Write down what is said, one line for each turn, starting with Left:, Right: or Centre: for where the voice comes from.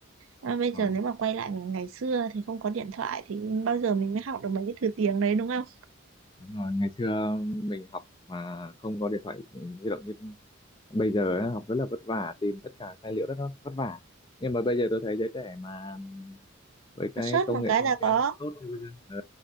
Right: à, bây
Left: Rồi,
Right: giờ nếu mà quay lại ngày xưa thì không có điện thoại thì bao giờ mình mới học được mấy cái thứ tiếng đấy đúng không
Left: đúng rồi, ngày xưa mình học mà không có điện thoại ừ, di động như bây giờ á, học rất là vất vả tìm tất cả tài liệu rất là vất vả nhưng mà bây giờ tôi thấy giới trẻ mà ừm, với cái
Right: search
Left: công
Right: một
Left: nghệ
Right: cái
Left: thông
Right: là
Left: tin
Right: có
Left: tốt thì bây giờ ờ,